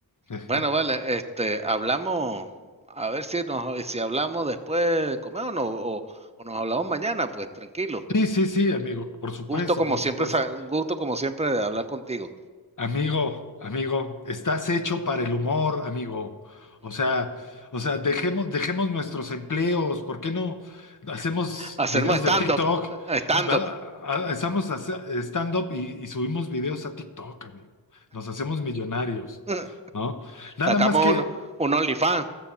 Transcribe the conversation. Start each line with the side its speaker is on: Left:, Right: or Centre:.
Left: <laughs>
Right: Bueno, vale, este, hablamos, a ver si nos, si hablamos después de comer o, no, o, o nos hablamos mañana, pues tranquilo.
Left: Sí, sí, sí, amigo, por supuesto,
Right: Gusto como
Left: por
Right: siempre,
Left: supuesto.
Right: sa- gusto como siempre de hablar contigo.
Left: Amigo, amigo, estás hecho para el humor, amigo. O sea, o sea, dejemos, dejemos nuestros empleos. ¿Por qué no hacemos
Right: Hacemos
Left: videos
Right: stand-up,
Left: de TikTok?
Right: stand-up.
Left: Ah, va- ah, ah, Estamos hace- stand-up y, y subimos videos a TikTok, amigo. Nos hacemos millonarios,
Right: <laughs>
Left: ¿no? Nada
Right: Sacamos
Left: más que,
Right: un, un OnlyFans.